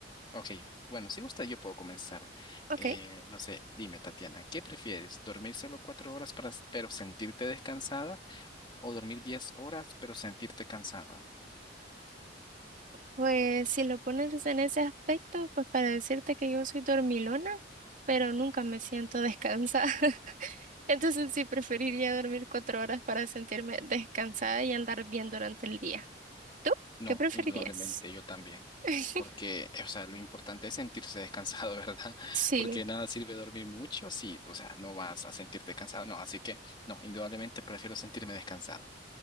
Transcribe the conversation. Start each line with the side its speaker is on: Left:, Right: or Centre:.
Left: Ok, bueno, si gusta yo puedo comenzar.
Right: Ok.
Left: Eh, no sé, dime, Tatiana, ¿qué prefieres? ¿Dormir solo cuatro horas para, s- pero sentirte descansada? o dormir 10 horas, pero sentirte cansada.
Right: Pues si lo pones en ese aspecto, pues para decirte que yo soy dormilona, pero nunca me siento descansada. <laughs> Entonces sí preferiría dormir cuatro horas para sentirme descansada y andar bien durante el día. ¿Tú?
Left: No,
Right: ¿Qué preferirías?
Left: indudablemente yo también.
Right: <laughs>
Left: Porque, eh, o sea, lo importante es sentirse descansado, <laughs> ¿verdad?
Right: Sí,
Left: Porque nada sirve dormir mucho si, o sea, no vas a sentirte cansado. No, así que, no, indudablemente prefiero sentirme descansado.